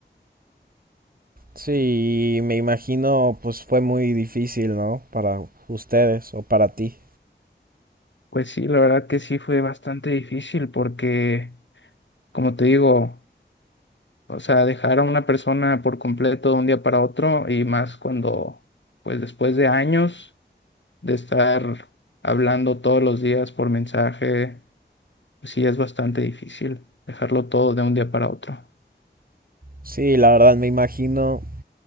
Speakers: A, on the right; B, on the left.
A: Sí, me imagino, pues fue muy difícil, ¿no? Para ustedes o para ti.
B: Pues sí, la verdad que sí fue bastante difícil porque, como te digo, O sea, dejar a una persona por completo de un día para otro y más cuando, pues después de años de estar hablando todos los días por mensaje, pues sí es bastante difícil dejarlo todo de un día para otro.
A: Sí, la verdad, me imagino.